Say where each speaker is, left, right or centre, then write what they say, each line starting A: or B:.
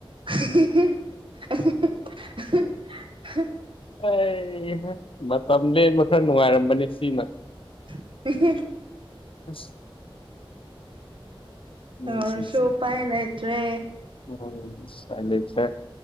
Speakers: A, on the right (about 65°); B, on the left (about 70°).
A: <unintelligible>
B: ꯑꯩ ꯃꯇꯝ ꯂꯦꯟꯕ ꯈꯔ ꯅꯨꯡꯉꯥꯏꯔꯝꯕꯅꯤ ꯁꯤꯅ
A: <unintelligible>
B: ꯑꯁ
A: ꯇꯧꯔꯁꯨ
B: ꯃꯤꯁꯤꯡꯁꯦ
A: ꯎꯄꯥꯏ ꯂꯩꯇ꯭ꯔꯦ
B: ꯎꯝ ꯑꯁ ꯎꯄꯥꯏ ꯂꯩꯇ꯭ꯔꯦ